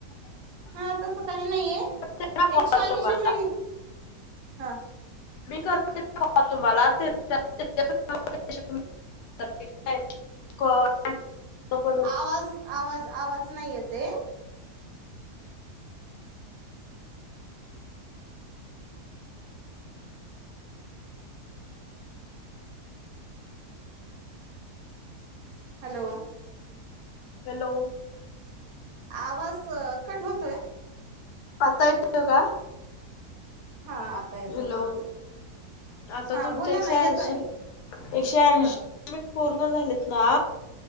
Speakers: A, on the right (about 65°); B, on the left (about 85°).
A: हा तस काही नाहीये.
B: करा कॉल
A: एकशे
B: तुम्हाला
A: ऐंशी मिनिट, हां
B: मी करते कॉल तुम्हाला, ते ते एकशे ऐंशी मिनिट पुर्ण झाल की <unintelligible> कॉल पण <unintelligible>
A: आवाज, आवाज, आवाज, नाही येतय. हॅलो.
B: हॅलो
A: आवाज कट होतोय.
B: आता येतोय का?
A: हा. येतोय
B: हॅलो,
A: बोल
B: आता
A: हा
B: तुमचे
A: बोला
B: एकशे
A: ना येतोय
B: ऐशी, एकशे ऐशी
A: हा
B: वीस पूर्ण झालेत ना,